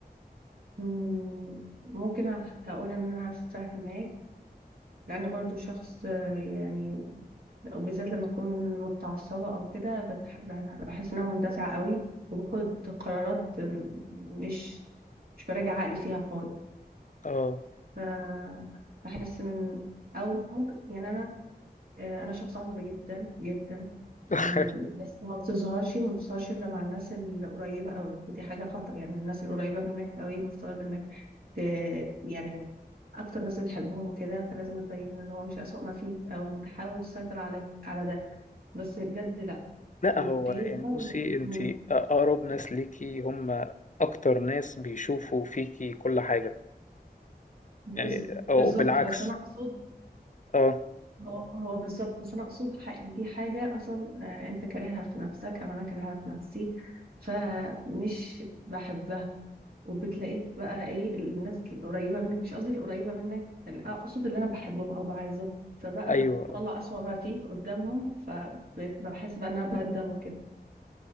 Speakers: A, on the right (about 60°); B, on the left (about 50°).
A: مم، ممكن أح- اقول ان انا فاهماك لان برضو شخص آه، يعني بالذات لما اكون متعصبة او كده بتح- بحس ان انا مندفعة قوي وباخد قرارات آه، مش مش براجع عقلي فيها خالص
B: آه.
A: فبحس ان او ممكن يعني انا آه، انا شخص عصبي جدا جدا
B: <laughs>
A: آم، بس ما بتظهرش ما بتظهرش الا مع الناس القريبه قوي ودي حاجه خطأ يعني الناس القريبه منك قوي المفترض انك ت... يعني اكتر ناس بتحبهم وكده فلازم ما تبين لهمش اسوأ ما فيك او تحاول تسيطر على على ده بس بجد لا
B: لأ
A: وبيظهر
B: هو يعني بُصّي أنتِ
A: مم.
B: أقرب ناس ليكِ هم أكتر ناس بيشوفوا فيكِ كل حاجة،
A: بز-
B: يعني أو
A: بالظبط
B: بالعكس
A: بس انا اقصد
B: آه،
A: هو هو بالظبط بس انا اقصد ح- دي حاجه اصلا آه، انت كارهها في نفسك او انا كارهها في نفسي فمش بحبها وبتلاقيك بقى ايه الناس القريبه منك مش قصدي القريبه منك اقصد اللي انا بحبهم او بعزهم فبقى
B: أيوه
A: بتطلع
B: آه،
A: اسوأ ما فيك قدامهم فبحس بقى ان انا بندم وكده